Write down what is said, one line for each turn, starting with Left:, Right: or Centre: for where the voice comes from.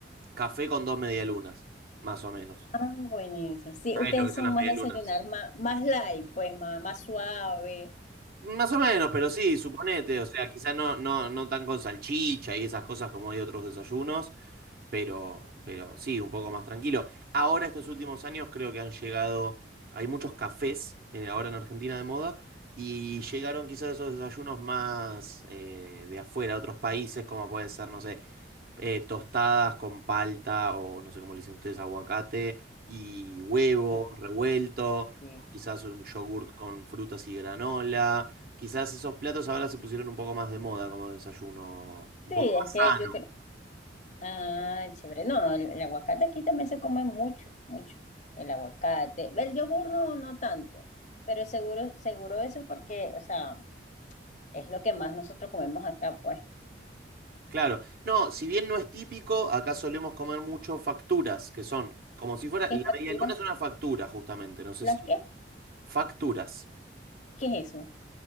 Right: café con dos medialunas, más o menos.
Left: Ah, buenísimo. Sí,
Right: ¿Sabes
Left: ustedes
Right: lo que son
Left: son
Right: las
Left: más
Right: medialunas?
Left: desayunar más, más light, pues más, más suave.
Right: Más o menos, pero sí, suponete, o sea, quizás no, no, no tan con salchicha y esas cosas como hay otros desayunos, pero, pero sí, un poco más tranquilo. Ahora, estos últimos años, creo que han llegado, hay muchos cafés en- ahora en Argentina de moda, y llegaron quizás esos desayunos más eh, de afuera, de otros países, como puede ser, no sé, eh, tostadas con palta o no sé cómo le dicen ustedes, aguacate y huevo
Left: Aguacate.
Right: revuelto,
Left: Sí,
Right: o quizás un yogurt con frutas y granola. Quizás esos platos ahora se pusieron un poco más de moda como desayuno, un
Left: es
Right: poco más
Left: que
Right: sano.
Left: yo creo Ah, chévere. No, no, el, el aguacate aquí también se come mucho, mucho. El aguacate. El yogur no, no tanto, pero seguro, seguro eso es porque, o sea, es lo que más nosotros comemos acá, pues.
Right: Claro, no, si bien no es típico, acá solemos comer mucho facturas, que son como si fuera,
Left: ¿Qué
Right: la
Left: factura?
Right: media luna es una factura justamente, no sé
Left: ¿Las
Right: si
Left: qué?
Right: facturas.
Left: ¿Qué es eso?